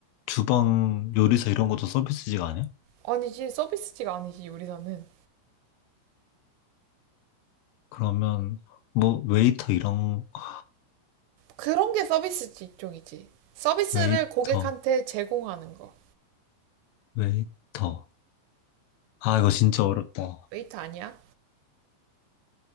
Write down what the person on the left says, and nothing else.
주방 요리사 이런 것도 서비스직 아니야?
그러면 뭐 웨이터 이런 거-
웨이터
웨이터 아 이거 진짜 어렵다.